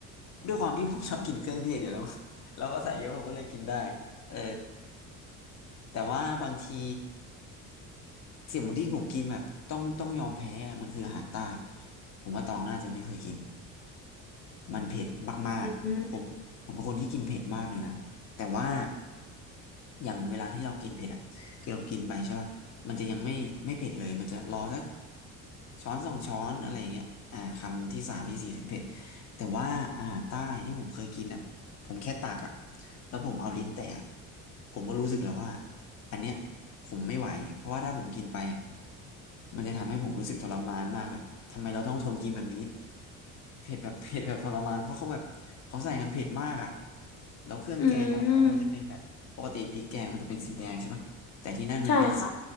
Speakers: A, on the left; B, on the left.
A: ด้วยความที่ผมชอบกินเครื่องเทศอยู่แล้ว <laughs> แล้วก็ใส่เยอะผมก็เลยกินได้เออแต่ว่าบางที เสี่ยหมูที่ผมกินแบบต้องต้องยอมแพ้อะมันคืออาหารใต้ ผมว่าตองน่าจะไม่เคยกิน มันเผ็ดมากๆผมผมเป็นคนที่กินเผ็ดมากเลยนะ
B: อืม
A: แต่ว่าอย่างเวลาที่เรากินเผ็ดอ่ะคือเรากินไปใช่ป่ะมันจะยังไม่ไม่เผ็ดเลย มันจะรอสักช้อนสองช้อนอะไรอย่างเงี้ยอ่าคำที่สามที่สี่ถึงเผ็ดแต่ว่าอาหารใต้ที่ผมเคยกินอ่ะผมแค่ตักอ่ะแล้วผมเอาลิ้นแตะอะผมก็รู้สึกแล้วว่าอันเนี้ยผมไม่ไหวเพราะว่าถ้าผมกินไปอ่ะมันจะทำให้ผมรู้สึกทรมานมากแบบทำไมเราต้องทนกินแบบนี้ เผ็ดแบบ <laughs> เผ็ดแบบทรมานเพราะเขาแบบเขาใส่กันเผ็ดมากอ่ะแล้วเครื่องแกงของเขามันจะเป็นแบบปกติพริกแกงมันจะเป็นสีแดงใช่ปะแต่ที่นั่นมันเป็นสี
B: อืมใช่ค่ะ